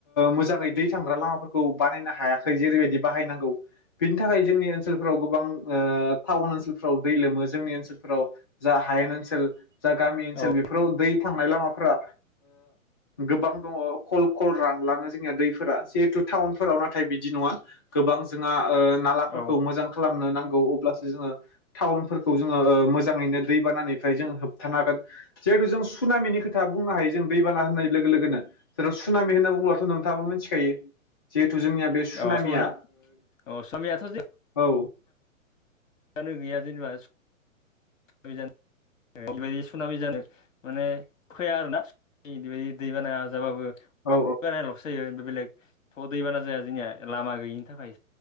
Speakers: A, on the left; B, on the left.
A: मोजाङै दै थांग्रा लामाफोरखौ बानायनो हायाखै जेरैबायदि बाहायनांगौ बिनि थाखाय जोंनि ओनसोलफोराव गोबां टाउन ओनसोलफ्राव दै लोमो जोंनि ओनसोलफोराव जा हायेन ओनसोल जा गामि ओनसोल
B: औ
A: बेफोराव दै थांनाय लामाफोरा गोबां दङ खल खल रानलाङो जोंनिया दैफोरा जिहेथु टाउन होनबाबो नाथाय बिदि नङा गोबां जोंहा नालाफोरखौ
B: औ
A: मोजां खालामनो नांग अब्लासो जोङो टाउनफोरखौ जोंङो मोजांङैनो दैबानानिफ्राय जों होबथानो हांगोन जिहेतु जों सुनामिनि खोथा बुंनो हायो जों दैबाना होननाय लोगो लोगोनो जेराव सुनामि होनना बुोब्लाथ' नोंथाङाबो मिथिखायो जिहेथु जोंनिया बे सुनामिया
B: औ सुना औ सुनामियाथ'
A: औ
B: फानो गैया जेनेबा सज बेबायदि सुनामि जानो माने फैया आरो ना बायदि दै बाना जाबाबो दै
A: औ
B: बानाल'सो जायो बेलेग अ दैबाना जाया जोंनिया लामा गैयिनि थाखाय